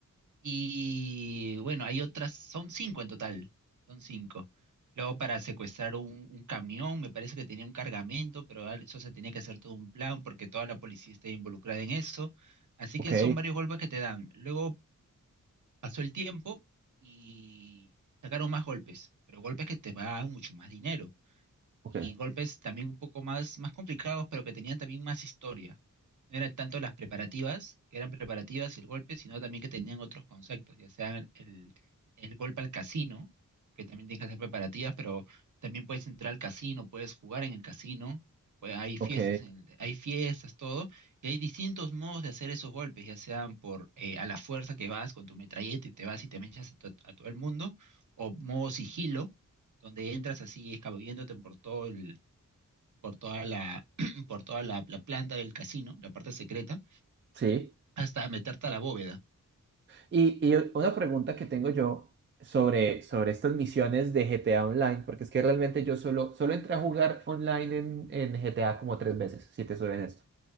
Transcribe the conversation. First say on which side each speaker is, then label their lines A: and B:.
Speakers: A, on the right (about 65°); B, on the right (about 35°).
A: Y bueno, hay otras, son cinco en total, son cinco. Luego para secuestrar un, un camión, me parece que tenía un cargamento, pero al- eso se tenía que hacer todo un plan porque toda la policía está involucrada en eso. Así
B: ok,
A: que son varios golpes que te dan. Luego pasó el tiempo y sacaron más golpes, pero golpes que te pagan mucho más dinero
B: ok,
A: y golpes también un poco más, más complicados, pero que tenían también más historia. No eran tanto las preparativas, que eran preparativas y el golpe, sino también que tenían otros conceptos, ya sea el, el golpe al casino, que también tienes que hacer preparativas, pero también puedes entrar al casino, puedes jugar en el casino, pues hay
B: ok.
A: fiestas, en el- hay fiestas, todo, y hay distintos modos de hacer esos golpes, ya sean por eh, a la fuerza que vas con tu metralleta y te vas y te mechas a, to- a todo el mundo, o modo sigilo donde entras así escabulléndote por todo el, por toda la, <clears throat> por toda la, la planta del casino, la parte secreta,
B: Sí.
A: hasta meterte a la bóveda
B: Y, y una pregunta que tengo yo sobre, sobre estas misiones de GTA Online, porque es que realmente yo solo, solo entré a jugar online en, en GTA como tres veces, si te soy honesto.